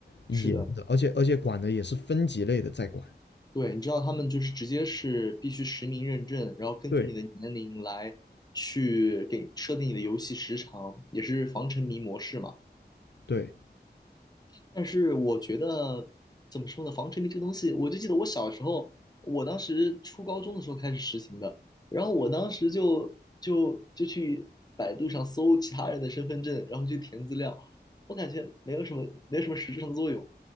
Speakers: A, on the left (about 80°); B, on the left (about 20°).
A: 严的，
B: 是的，
A: 而且而且管的也是分级类的在管。
B: 对，你知道他们就是直接是必须实名认证，然后根据你的年龄来去给设定你的游戏时长，
A: 对
B: 也是防沉迷模式嘛。
A: 对，
B: 但是我觉得怎么说呢，防沉迷这个东西，我就记得我小时候，我当时初高中的时候开始实行的，然后我当时就就就去百度上搜其他人的身份证，然后去填资料，我感觉没有什么没有什么实质上的作用。